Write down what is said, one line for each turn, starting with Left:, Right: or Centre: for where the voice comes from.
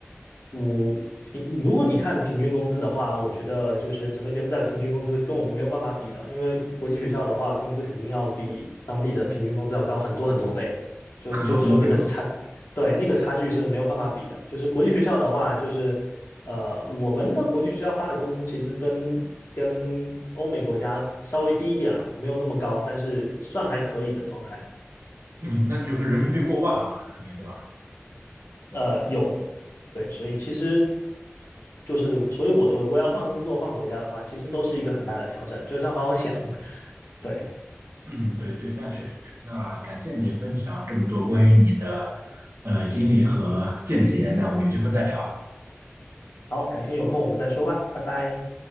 Left: 我平如果你看平均工资的话，我觉得就是整个柬埔寨的平均工资跟我们没有办法比的，因为国际学校的话，工资肯定要比当地的平均工资要高很多很多倍，就就就那个差，
Right: 很多很多倍嘛。
Left: 对，那个差距是没有办法比的。就是国际学校的话，就是呃，我们的国际学校发的工资其实跟跟欧美国家稍微低一点啦，没有那么高，但是算还可以的状态。
Right: 嗯，那就是人民币过万了嘛，肯定对吧？
Left: 呃，有，对，所以其实就是，所以我说，如果要换工作、换国家的话，其实都是一个很大的挑战，就是要好好想。<laughs> 对，
Right: 嗯，对对，那确实是。那感谢你分享这么多关于你的呃经历和见解，那我们有机会再聊。
Left: 好，改天有空我们再说吧，拜拜。